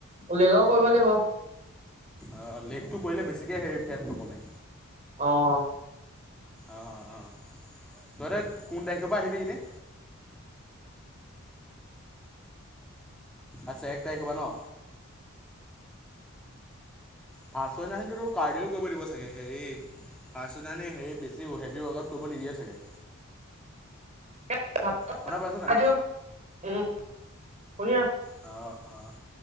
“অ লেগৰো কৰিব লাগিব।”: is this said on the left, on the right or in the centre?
Right